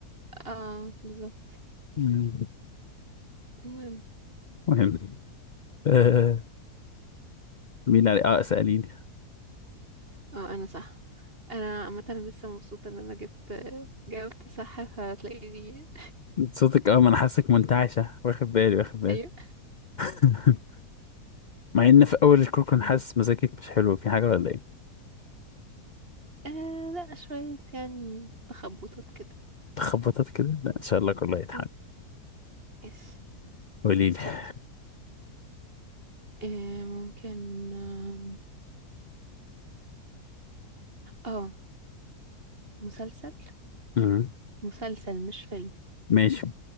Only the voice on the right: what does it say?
اه بالظبط
المهم
اه انا صح انا عامة أنا لسه مبسوطة ان انا جبت جاوبت صح فهتلاقيني
<laughs>
ايوه
آه لا شوية يعني تخبطات كده
مم. ايش
طيب. آه ممكن اه آه، مسلسل
مسلسل مش فيلم